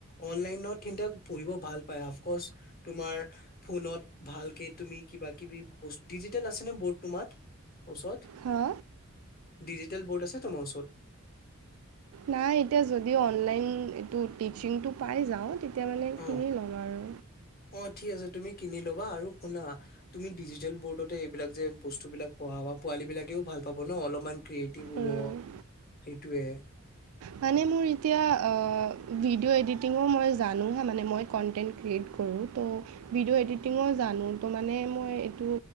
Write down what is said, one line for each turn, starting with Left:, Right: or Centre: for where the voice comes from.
Left: অনলাইনত কিন্তু পঢ়িব ভাল পায়, অফকৰ্চ <unintelligible> তোমাৰ ফোনত ভালকে তুমি কিবা কিবি ডিজিটেল আছে নে বৰ্ড তোমাত ওচৰত।
Right: হা
Left: ডিজিটেল বোৰ্ড আছে তোমাৰ ওচৰত?
Right: নাই। এতিয়া যদি অনলাইন এই টিচিটো পাই যাওঁ তেতিয়া মানে
Left: অ,
Right: কিনি ল'ম আৰু
Left: অ' ঠিক আছে তুমি কিনি লবা আৰু শুনা? তুমি ডিজিটেল বৰ্ডতে এইবিলাক যে বস্তু বিলাক পঢ়া বা পোৱালী বিলাকেও ভাল পাব ন অলপমান। <unintelligible> হ'ব
Right: উম,
Left: সেইটোৱে
Right: মানে মোৰ এতিয়া আহ ভিডিঅ' এডিটিঙো মই জানোহে মানে মই কণ্টেণ্ট ক্ৰিয়েট কৰোঁ ত' ভিডিঅ' এডিটিঙো <unintelligible> মানে এটো মানে মই এইটো